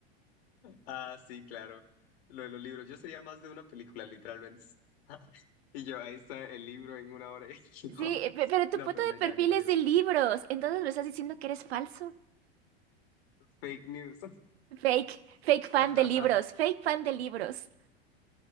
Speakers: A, on the left; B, on the right.
A: ah, sí, claro. Lo de los libros. Yo sería más de una película, literalmente. <laughs> Y yo, ahí está el libro en una hora. <laughs> y yo,
B: Sí, pe- pero tu
A: No,
B: foto
A: pero no
B: de
A: hay nada
B: perfil
A: como libro.
B: es de libros, entonces me estás diciendo que eres falso.
A: Fake news.
B: Fake, fake
A: <laughs>
B: fan de libros, fake fan de libros.